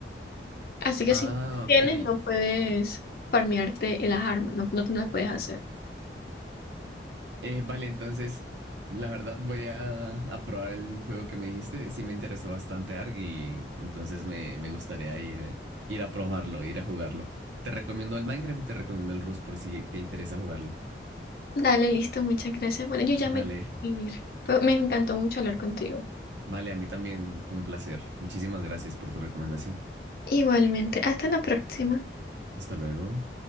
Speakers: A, on the left (about 55°); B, on the right (about 80°).
A: Así que
B: Ah,
A: si no tienes,
B: ok,
A: no puedes farmearte en las armas, no, no te las puedes hacer.
B: Eh, vale, entonces, la verdad voy a, a probar el juego que me dijiste. Sí me interesó bastante ARG y entonces me, me gustaría ir, ir a probarlo, ir a jugarlo. Te recomiendo el Minecraft y te recomiendo el Rust por si te interesa jugarlo.
A: Dale, listo, muchas gracias. Bueno, yo ya
B: Vale,
A: me tengo que ir. Fue- Me encantó mucho hablar contigo.
B: vale, a mí también fue un placer. Muchísimas gracias por tu recomendación.
A: Igualmente, hasta la próxima.
B: Hasta luego.